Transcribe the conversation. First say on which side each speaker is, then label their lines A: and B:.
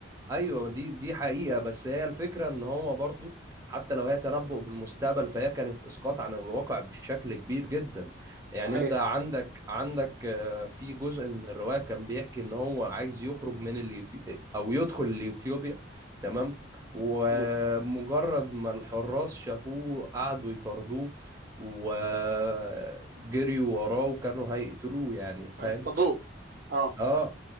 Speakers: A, on the right (about 15°); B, on the right (about 45°).
A: ايوه ما دي دي حقيقه بس هي الفكره ان هو برضو حتى لو هي تنبؤ بالمستقبل فهي كانت اسقاط عن الواقع بشكل كبير جدا يعني
B: صحيح
A: انت عندك عندك آه، في جزء من الروايه كان بيحكي ان هو عايز يخرج من اليوتيوب او يدخل اليوتيوبيا تمام ومجرد
B: امم
A: ما الحراس شافوه قعدوا يطاردوه وجريوا وراه وكانوا هيقتلوه يعني فاهم
B: هيصطادوه اه
A: اه